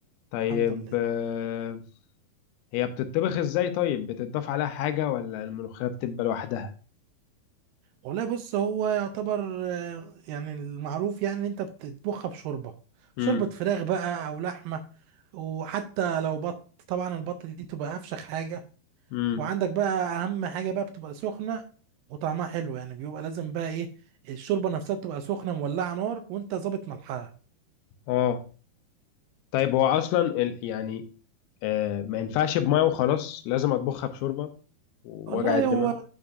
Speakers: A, on the left; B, on the right.
A: طيب
B: الحمد لله
A: آه، هي بتطبخ ازاي طيب بتضاف عليها حاجة ولا الملوخية بتبقى لوحدها
B: والله بص هو يعتبر آه، يعني المعروف يعني إن انت بتطبخها بشوربة
A: امم
B: شوربة فراخ بقى او لحمة وحتى لو بط طبعا البط دي تبقى افشخ حاجة
A: امم
B: وعندك بقى اهم حاجة بقى بتبقى سخنة وطعمها حلو يعني بيبقى لازم بقى ايه الشوربة نفسها تبقى سخنة مولعة نار وانت ظابط ملحها
A: اه طيب هو اصلا ال- يعني آه، ما ينفعش بمية وخلاص لازم اطبخها بشوربة ووجع
B: والله
A: الدماغ
B: هو